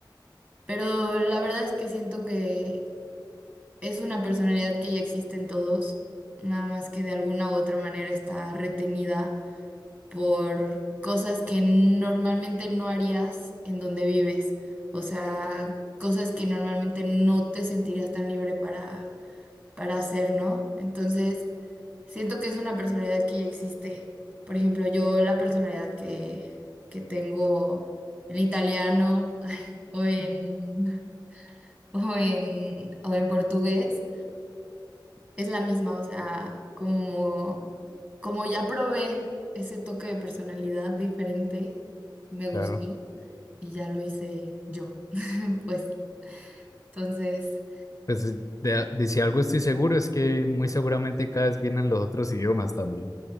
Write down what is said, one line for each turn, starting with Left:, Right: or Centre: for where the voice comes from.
Right: Pero la verdad es que siento que es una personalidad que ya existe en todos, nada más que de alguna u otra manera está retenida por cosas que normalmente no harías en donde vives, o sea, cosas que normalmente no te sentirías tan libre para, para hacer, ¿no? Entonces, siento que es una personalidad que ya existe. Por ejemplo, yo la personalidad que, que tengo en italiano <laughs> o en, o en, o en portugués es la misma, o sea, como, como ya probé ese toque de personalidad diferente, me gustó
Left: Claro.
Right: y ya lo hice yo. <laughs> Pues entonces,
Left: Pues es- de, de si algo estoy seguro es que muy seguramente cada vez vienen los otros idiomas también.